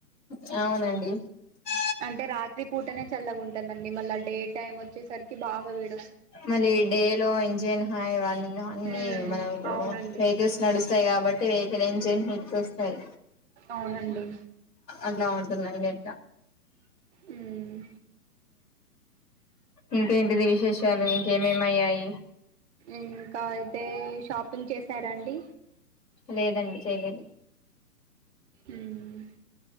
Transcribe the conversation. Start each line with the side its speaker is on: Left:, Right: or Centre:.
Left: అ అ
Right: అంటే రాత్రి పూటనే చల్లగా ఉంటుందండి మళ్ళా డే టైమ్ వచ్చేసరికి బాగా వేడ
Left: మళ్ళీ డే లో ఇంజిన్ హావన్న అన్ని
Right: ఉమ్
Left: మనకు
Right: అవునండి
Left: వెహికల్స్ నడుస్తాయి కాబట్టి వెహికల్ ఎంజన్ హిట్ వస్తాయి
Right: అవునండి
Left: అలా ఉ అండి అట్లా
Right: ఉమ్
Left: ఇంకేంటిది విశేషాలు ఇంకేమేమయ్యాయి
Right: ఇంకా అతేే ఏం చేశారండి
Left: లేదండి చేయలేదు
Right: ఉమ్